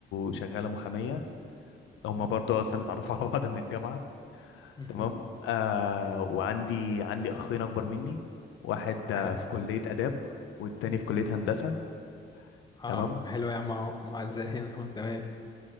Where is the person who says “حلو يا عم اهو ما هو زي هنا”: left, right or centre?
Left